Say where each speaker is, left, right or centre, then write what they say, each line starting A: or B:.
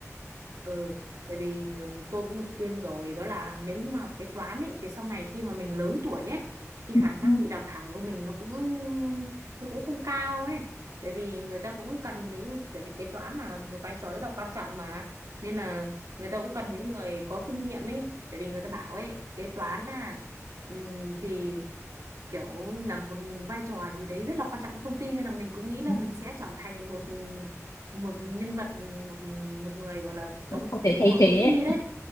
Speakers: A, on the right (about 90°); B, on the left (about 80°).
A: Ừ, tại vì ừ, tôi cũng được khuyên rồi đó là nếu như mà học kế toán ấy thì sau này khi mà mình lớn tuổi ấy thì khả
B: Ừ.
A: năng bị đào thải của mình nó cũng nó cũng không cao ấy tại vì người ta cũng cần những tại vì kế toán là một vai trò rất là quan trọng mà nên là người ta cũng cần những người có kinh nghiệm ấy tại vì người ta bảo ấy kế toán là ừm, thì kiểu là một vai trò gì đấy rất là quan trọng với công ty nên là mình cũng nghĩ là
B: Ừ.
A: mình sẽ trở thành một một nhân vật một một người gọi là đóng
B: Kiểu không thể
A: trụ
B: thay
A: cột
B: thế
A: của
B: ấy.
A: công ty đấy